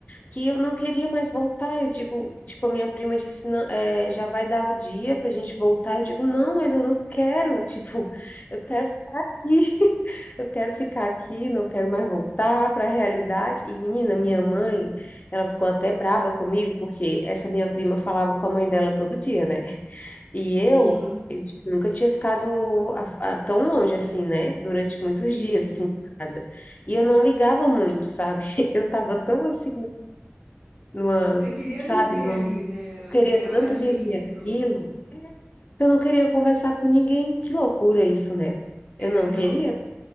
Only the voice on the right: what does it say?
Hum,
sim.
Você queria
viver
ali, né?
A viagem
e pronto.
É,
não.